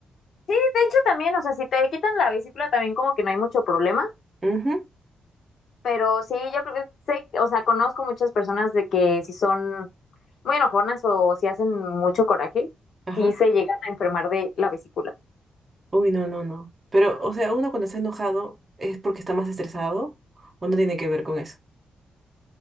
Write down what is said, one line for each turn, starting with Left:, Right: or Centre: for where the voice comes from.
Left: Sí, de hecho también, o sea, si te quitan la vesícula también como que no hay mucho problema,
Right: Ujú,
Left: pero sí, yo creo que sé, o sea, conozco muchas personas de que si son muy enojonas o si hacen mucho coraje,
Right: Ajá.
Left: sí se llegan a enfermar de la vesícula.
Right: Uy, no, no, no. Pero, o sea, uno cuando está enojado es porque está más estresado o no tiene que ver con eso.